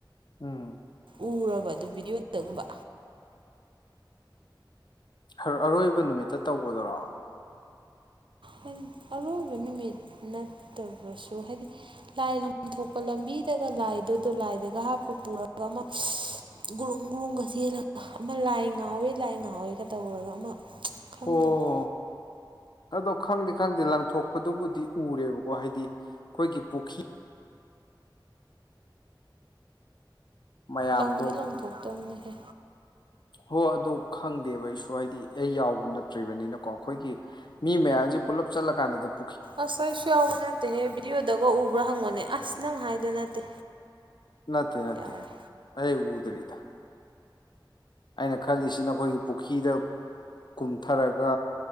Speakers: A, on the left; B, on the right.
A: ꯎꯝ
B: ꯎꯔꯕ ꯑꯗꯨ ꯚꯤꯗꯤꯑꯣꯗꯒꯨꯝꯕ
A: ꯍꯥ ꯑꯔꯣꯏꯕ ꯅꯨꯃꯤꯠꯇ ꯇꯧꯕꯗꯨꯔꯣ
B: ꯗꯟ ꯑꯔꯣꯏꯕ ꯅꯨꯃꯤꯠ ꯅꯠꯇꯕꯁꯨ ꯍꯥꯏꯗꯤ ꯂꯥꯏ ꯂ ꯊꯣꯛꯄ ꯂꯝꯕꯤꯗꯒ ꯂꯥꯏꯗꯣ ꯂꯥꯏꯗꯒ ꯍꯥꯞꯄ ꯄꯨꯔꯒ ꯑꯃ ꯒꯨꯔꯨꯡ ꯒꯨꯔꯨꯡꯒ ꯆꯦꯜꯂꯒ ꯑꯃ ꯂꯥꯏ ꯉꯥꯎꯌꯦ ꯂꯥꯏ ꯉꯥꯎꯌꯦꯒ ꯇꯧꯔꯒ ꯑꯃ ꯈꯪꯗꯕ
A: ꯑꯣ ꯑꯗꯣ ꯈꯪꯗꯤ ꯈꯪꯗꯦ ꯂꯪꯊꯣꯛꯄꯗꯨꯕꯨꯗꯤ ꯎꯔꯦ ꯋꯥ ꯍꯥꯏꯗꯤ ꯈꯣꯏꯒꯤ ꯄꯨꯈꯤ ꯃꯌꯥꯝꯗꯣ
B: ꯂꯪꯗꯤ ꯂꯪꯊꯣꯛꯇꯕꯅꯤꯍꯦ
A: ꯍꯣ ꯑꯗꯨ ꯈꯪꯗꯦꯕ ꯑꯩꯁꯨ ꯍꯥꯏꯗꯤ ꯑꯩ ꯌꯥꯎꯕ ꯅꯠꯇ꯭ꯔꯤꯕꯅꯤꯅꯀꯣ ꯈꯣꯏꯒꯤ ꯃꯤ ꯃꯌꯥꯝꯖꯦ ꯄꯨꯂꯞ ꯆꯠꯂ ꯀꯥꯟꯗ ꯗꯕ
B: ꯑꯁ ꯑꯩꯁꯨ ꯌꯥꯎꯕ ꯅꯠꯇꯦꯍꯦ ꯚꯤꯗꯤꯑꯣꯗꯒ ꯎꯕ꯭ꯔꯥ ꯍꯪꯕꯅꯦ ꯑꯁ ꯅꯪ ꯍꯥꯏꯗꯣ ꯅꯠꯇꯦ
A: ꯅꯠꯇꯦ ꯅꯠꯇꯦ
B: ꯌꯥꯔꯦ
A: ꯑꯩ ꯎꯗꯔꯤꯗ ꯑꯩꯅ ꯈꯜꯂꯤꯁꯤ ꯈꯣꯏꯒꯤ ꯄꯨꯈꯤꯗ ꯀꯨꯝꯊꯔꯛ